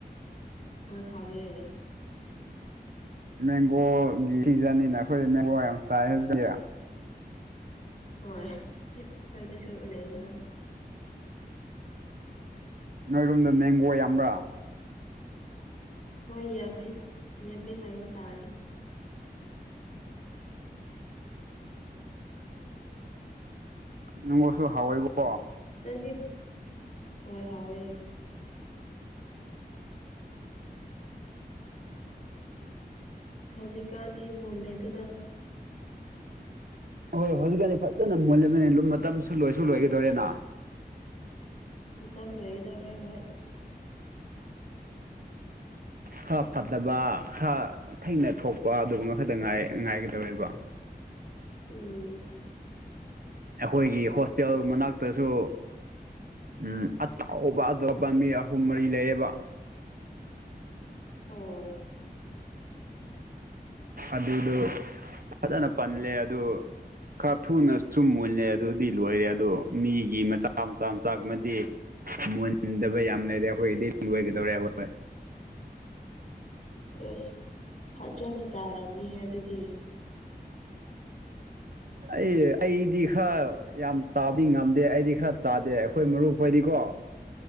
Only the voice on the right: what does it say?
ꯃꯦꯡꯒꯣꯒꯤ ꯁꯤꯖꯟꯅꯤꯅ ꯑꯈꯣꯏ ꯃꯦꯡꯒꯣ ꯌꯥꯝ ꯆꯥꯏ ꯍꯧꯖꯤ
ꯅꯣꯏꯔꯣꯝꯗ ꯃꯦꯡꯒꯣ ꯌꯥꯝꯕ꯭ꯔꯥ
ꯅꯪ ꯋꯥꯈꯜ ꯍꯥꯎꯋꯦꯕꯣ
ꯍꯣꯏ ꯍꯣꯏ ꯍꯧꯖꯤꯛꯀꯥꯟꯗꯤ ꯐꯖꯅ ꯃꯨꯟꯂꯅꯤ ꯃꯇꯝꯁꯨ ꯂꯣꯏꯁꯨ ꯂꯣꯏꯒꯗꯧꯔꯦꯅ
ꯈꯔ ꯐꯠꯇꯕ ꯈꯔ ꯊꯩꯅ ꯊꯣꯛꯄ ꯑꯗꯨꯒꯨꯝꯕ ꯈꯛꯇ ꯉꯥꯏꯒꯗꯧꯔꯦꯕ
ꯑꯩꯈꯣꯏꯒꯤ ꯍꯣꯁꯇꯦꯜ ꯃꯅꯥꯛꯇꯁꯨ ꯎꯝ ꯑꯆꯧꯕ ꯑꯇꯣꯞꯄ ꯃꯤ ꯑꯍꯨꯝ ꯃꯔꯤ ꯂꯩꯌꯦꯕ
ꯑꯗꯨꯗꯣ ꯐꯖꯅ ꯄꯜꯂꯦ ꯑꯗꯨ ꯈꯔ ꯊꯨꯅ ꯁꯨꯝ ꯃꯨꯜꯂꯦ ꯑꯗꯨꯗꯤ ꯂꯣꯏꯔꯦ ꯑꯗꯣ ꯃꯤꯒꯤ ꯃꯆꯥ ꯃꯆꯥ ꯃꯆꯥꯒꯨꯝꯃꯗꯤ ꯃꯨꯟꯗꯕ ꯌꯥꯝ ꯂꯩꯔꯦ ꯑꯩꯈꯣꯏꯗꯤ ꯂꯣꯏꯒꯗꯧꯔꯦꯕ
ꯑꯩ ꯑꯩꯗꯤ ꯈꯔ ꯌꯥꯝ ꯆꯥꯕꯗꯤ ꯉꯝꯗꯦ ꯑꯩꯗꯤ ꯈꯔ ꯆꯥꯗꯦ ꯑꯩꯈꯣꯏ ꯃꯔꯨꯞ ꯍꯣꯏꯗꯤꯀꯣ